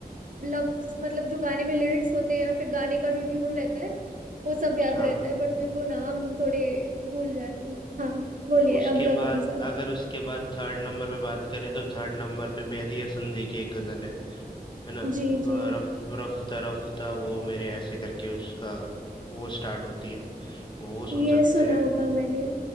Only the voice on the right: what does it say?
लफ्ज मतलब जो गाने में लिरिक्स होते हैं या फिर गाने का जो ट्यून रहता है वो सब याद
रहता है बट मेरे को नाम थोड़े भूल जाती हूँ हाँ बोलिए
अगला
कौन सा
जी जी
ये
सुना
होगा मैंने